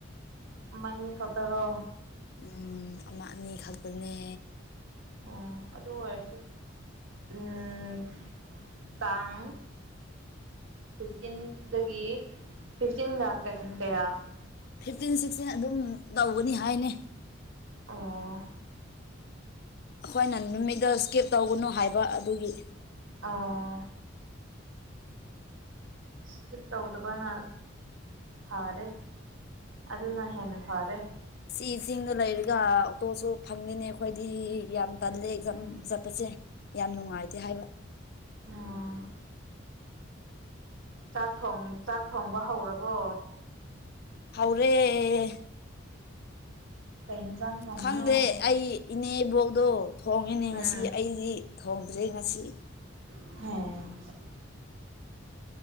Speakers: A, on the right; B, on the left.
A: ꯑꯃ ꯑꯅꯤꯈꯛꯇꯔꯣ
B: ꯎꯝ ꯑꯃ ꯑꯅꯤꯈꯛꯇꯅꯦ
A: ꯑꯣ ꯑꯗꯨ ꯑꯣꯏꯔꯁꯨ ꯎꯝ ꯇꯥꯡ ꯐꯤꯐꯇꯤꯟꯗꯒꯤ ꯐꯤꯐꯇꯤꯟꯒ ꯀꯌꯥ
B: ꯐꯤꯞꯇꯤꯟ ꯁꯤꯛꯁꯇꯤꯟ ꯑꯗꯨꯝ ꯇꯧꯒꯅꯤ ꯍꯥꯏꯅꯦ
A: ꯑꯣ
B: ꯑꯩꯈꯣꯏꯅ ꯅꯨꯃꯤꯠꯇ ꯁ꯭ꯀꯦꯞ ꯇꯧꯒꯅꯨ ꯍꯥꯏꯕ ꯑꯗꯨꯒꯤ
A: ꯑꯥ ꯏꯁꯀꯤꯞ ꯇꯧꯗꯕꯅ ꯐꯔꯦ ꯑꯗꯨꯅ ꯍꯦꯟꯅ ꯐꯔꯦ
B: ꯁꯤ ꯆꯤꯡꯗ ꯂꯩꯔꯒ ꯑꯣꯛꯇꯣꯁꯨ ꯐꯪꯗꯦꯅꯦ ꯑꯩꯈꯣꯏꯗꯤ ꯌꯥꯝ ꯇꯜꯂꯦ ꯑꯦꯒꯖꯥꯝ
A: ꯎꯝ
B: ꯆꯠꯄꯁꯦ ꯌꯥꯝ ꯅꯨꯡꯉꯥꯏꯇꯦ ꯍꯥꯏꯕ
A: ꯑꯣ ꯆꯥꯛ ꯊꯣꯉꯤ ꯆꯥꯛ ꯊꯣꯡꯕ ꯍꯧꯔꯕꯣ
B: ꯍꯧꯔꯦ
A: ꯀꯩ ꯍꯤꯟꯖꯥꯡ ꯊꯣꯡꯕꯅꯣ
B: ꯈꯪꯗꯦ ꯑꯩ ꯏꯅꯦꯕꯣꯛꯗꯣ ꯊꯣꯡꯉꯦꯅꯦ
A: ꯎꯝ
B: ꯉꯁꯤ ꯑꯩꯗꯤ ꯊꯣꯡꯗ꯭ꯔꯦ ꯉꯁꯤ
A: ꯍꯦ